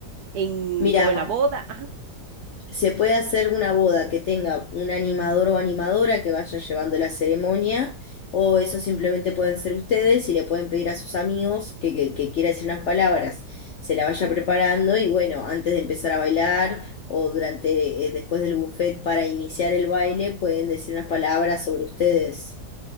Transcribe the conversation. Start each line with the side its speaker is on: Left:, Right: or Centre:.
Right: en
Left: Mira,
Right: como en la boda? Ajá.
Left: Se puede hacer una boda que tenga un animador o animadora que vaya llevando la ceremonia, o eso simplemente pueden ser ustedes y le pueden pedir a sus amigos que, que, que quiera decir unas palabras, se la vaya preparando y bueno, antes de empezar a bailar o durante, eh, después del buffet para iniciar el baile, pueden decir unas palabras sobre ustedes.